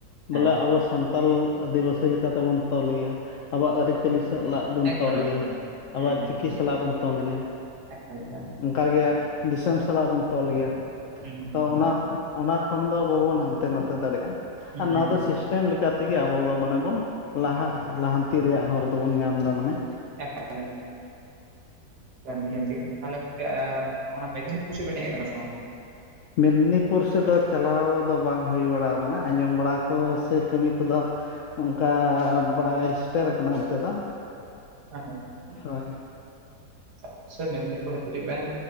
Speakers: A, on the right; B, on the left.
A: ᱦᱮᱸ
B: ᱵᱚᱞᱮ ᱟᱵᱚ ᱥᱟᱱᱛ ᱛᱟᱞ ᱟᱹᱫᱤᱵᱟᱹᱥᱤ ᱞᱮᱠᱟᱛᱮᱵᱚᱱ ᱛᱚᱞ ᱜᱮᱭᱟ ᱟᱵᱚᱣᱟᱜ ᱟᱹᱨᱤᱪᱟᱹᱞᱤ ᱥᱟᱞᱟᱜ ᱵᱚᱱ
A: ᱮᱠᱫᱚᱢ
B: ᱛᱚᱞ
A: ᱮᱠᱫᱚᱢ
B: ᱜᱮᱭᱟ
A: ᱦᱩᱸ
B: ᱟᱵᱚᱣᱟᱜ
A: ᱦᱩᱸ
B: ᱪᱤᱠᱤ
A: ᱦᱩᱸ
B: ᱥᱟᱞᱟᱜ ᱵᱚᱱ ᱛᱚᱞ ᱜᱮᱭᱟ᱾
A: <unintelligible>
B: ᱚᱱᱠᱟ ᱜᱮ ᱫᱤᱥᱚᱢ ᱥᱟᱞᱟᱜ ᱵᱚᱱ ᱛᱚᱞ ᱜᱮᱭᱟ
A: ᱦᱩᱸ ᱦᱩᱸ
B: ᱛᱚ ᱚᱱᱟ ᱚᱱᱟ ᱠᱷᱚᱱ ᱫᱚ ᱵᱟᱵᱚᱱ ᱦᱟᱱᱛᱮ ᱱᱟᱛᱮ ᱫᱟᱲᱮᱭᱟᱜᱼᱟ
A: ᱦᱩᱸ
B: ᱟᱨ ᱱᱚᱣᱟ
A: ᱦᱩᱸ
B: ᱫᱚ ᱥᱤᱥ ᱴᱮᱢ ᱞᱮᱠᱟ ᱛᱮᱜᱮ ᱟᱵᱚ ᱫᱚ ᱢᱟᱱᱮ ᱵᱚᱱ ᱞᱟᱦᱟᱜ ᱞᱟᱦᱟᱱᱛᱤ ᱨᱮᱭᱟᱜ ᱦᱚᱨ ᱫᱚᱵᱚᱱ ᱧᱟᱢ ᱮᱫᱟ ᱢᱟᱱᱮ
A: <unintelligible> <unintelligible> ᱛᱟᱦᱞᱮ ᱜᱚᱝᱠᱮ ᱚᱱᱟ ᱢᱮᱫᱽᱱᱤᱯᱩᱨ ᱥᱮᱫ ᱵᱮᱱ ᱦᱮᱡ ᱟᱠᱟᱱᱟ ᱥᱮ ᱵᱟᱝ?
B: ᱢᱮᱫᱽᱱᱤᱯᱩᱨ ᱥᱮᱫ ᱫᱚ ᱪᱟᱞᱟᱣ ᱫᱚ ᱵᱟᱝ ᱦᱩᱭ ᱵᱟᱲᱟᱣ ᱠᱟᱱᱟ ᱟᱸᱡᱚᱢ ᱵᱟᱲᱟ ᱠᱚ ᱥᱮ ᱠᱟᱹᱢᱤ ᱠᱚᱫᱚ
A: <inaudible>
B: ᱚᱱᱠᱟ ᱵᱟᱭ ᱥᱮᱴᱮᱨ ᱟᱠᱟᱱᱟ ᱚᱱᱛᱮ ᱫᱚ,
A: <unintelligible>
B: ᱦᱳᱭ
A: ᱚᱵᱚᱥᱳᱭ ᱢᱮᱫᱽᱱᱤᱯᱩᱨ ᱨᱮ ᱦᱤᱡᱩᱜ ᱵᱮᱱ